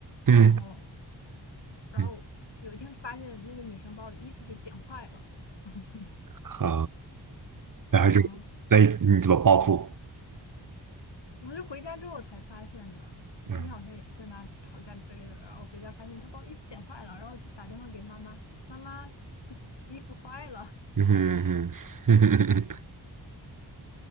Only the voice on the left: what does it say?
然后然后有一天发现那个女生把我的衣服给剪坏了，
<laughs>
嗯，
我是回家之后才发现的，那天好像也是跟她吵架之类的，
然后回家发现她把我衣服剪坏了，然后就打电话给妈妈，妈妈 <laughs> 衣服坏了，